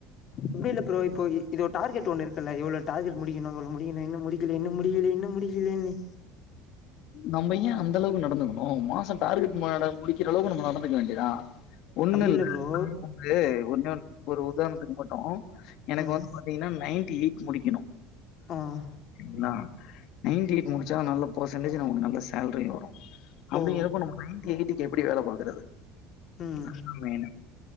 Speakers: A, on the left (about 35°); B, on the left (about 55°).
A: அப்டி இல்ல ப்ரோ இப்போ இது டார்கெட் ஒன்னு இருக்குல்ல இவ்வளோ டார்கெட் முடிக்கணு இவ்வளோ முடிக்கணு இன்னு முடிக்கல இன்னு முடிக்கில இன்னு முடிக்கிலேன்னு
B: நம்ம ஏன் அந்தளவுக்கு நடந்துக்கணு மாசம் டார்கெட் ம ட முடிக்கிற அளவுக்கு நம்ம நடந்துக்க வேண்டியதா ஒண்ணு
A: அப்டி
B: இல்ல
A: ப்ரோ
B: நா <inaudible> ஒன்னே ஒண்ணு ஒரு உதாரணத்துக்கு மட்டு எனக்கு
A: ம்
B: வந்து பாத்தீங்கன்னா நைன்டி எயிட் முடிக்கணு
A: ம்
B: என்னா நையன்ட்டி எயிட் முடிச்சாஸதா நல்ல பர்சன்டேஜ் நமக்கு நல்ல சேல்ரியு வரு அப்டிங்கறப்போ
A: ஓ
B: நம்ம நையன்ட்டி எயிட்டுக்கு எப்டி வேல பாக்குறது
A: ம்
B: அதுதா மெயினு